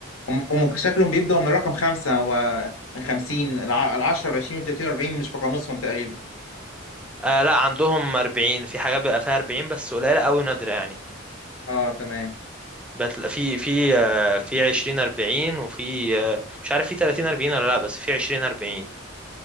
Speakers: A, on the left; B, in the centre.
A: هم هم شكلهم بيبدأوا من رقم خمسة ومن خمسين العشرة والعشرين والتلاتين والأربعين مش في قاموسهم تقريبا
B: آه لا عندهم 40 في حاجات بيبقى فيها 40 بس قليلة قوي نادرة يعني
A: اه تمام
B: بتلاقي في في آه في 20 40 وفي آه مش عارف في 30 40 ولا لا بس في 20 40